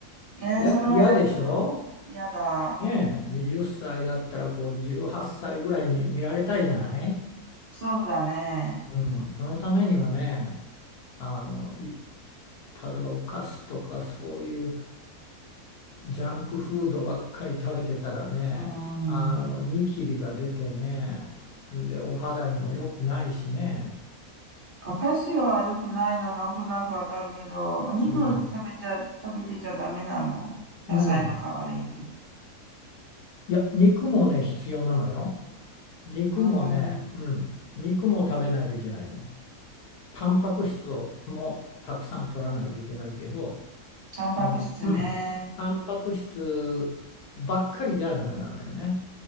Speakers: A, on the right; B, on the left.
A: えー、
B: 嫌嫌でしょ
A: それは嫌だ。嫌だ。
B: ねえ、20歳だったらこう18歳ぐらいに見られたいじゃない、
A: そうだね。
B: うん、そのためにはね、あの、い、例えばお菓子とかそういうジャンクフードばっかり食べてたらね、
A: うん。
B: あの、ニキビが出てね、で、お肌にも良くないしね。
A: お菓子は良くないの、なんとなくわかるけど、お肉食べちゃ、
B: うん、
A: 食べてちゃダメなの。
B: うん
A: 野菜の代わりに。
B: いや、肉もね、必要なのよ。肉もね、
A: うん。うん。
B: うん、肉も食べないといけないの。タンパク質をもうたくさん取らないといけないけど、
A: タンパク質ね。
B: あの、うん、タンパク質ばっかりじゃダメなのよね。